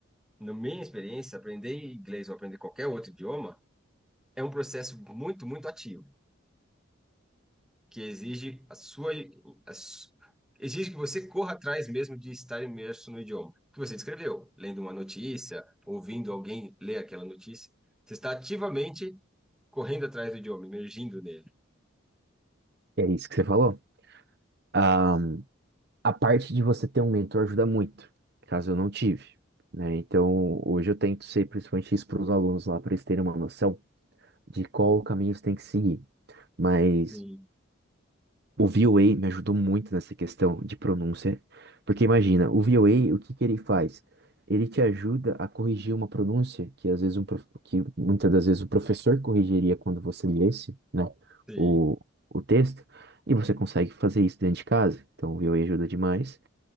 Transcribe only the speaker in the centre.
na minha experiência, aprender inglês ou aprender qualquer outro idioma é um processo muito, muito ativo, que exige a sua, a su- exige que você corra atrás mesmo de estar imerso no idioma que você escreveu, lendo uma notícia, ouvindo alguém ler aquela notícia. Você está ativamente correndo atrás do idioma, emergindo nele.
Sim,
sim.